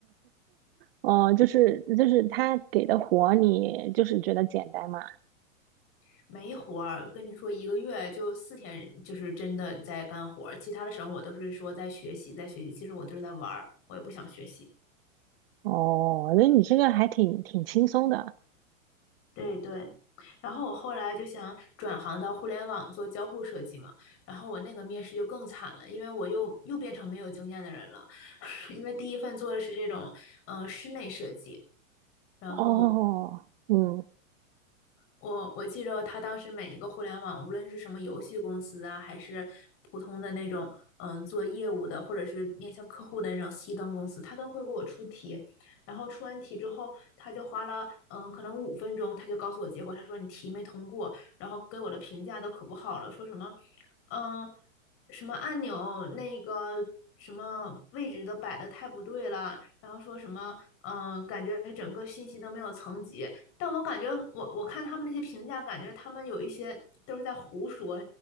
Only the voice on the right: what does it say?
哦，就是就是他给的活你就是觉得简单嘛。
哦，那你这个还挺挺轻松的。
哦，嗯，